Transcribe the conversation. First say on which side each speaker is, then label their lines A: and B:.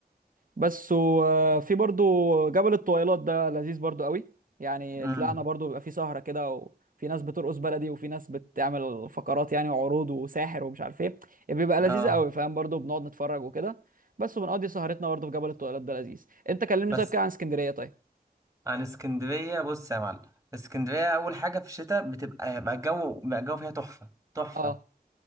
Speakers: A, on the right; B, on the right.
A: بس وفي برضو جبل الطويلات ده لذيذ برضو قوي يعني
B: امم
A: طلعنا برضو بيبقى فيه سهرة كده وفي ناس بترقص بلدي وفي ناس بتعمل فقرات يعني وعروض وساحر ومش عارف ايه إيه، بيبقى لذيذ
B: اه
A: قوي فاهم برضو بنقعد نتفرج وكده بس وبنقضي سهرتنا برضو في جبل الطويلات ده لذيذ انت كلمني
B: بس
A: طيب كده عن اسكندرية طيب
B: عن اسكندرية بص يا معلم اسكندرية أول حاجة في الشتاء بتبقى بقى الجو بقى الجو فيها تحفة تحفة
A: اه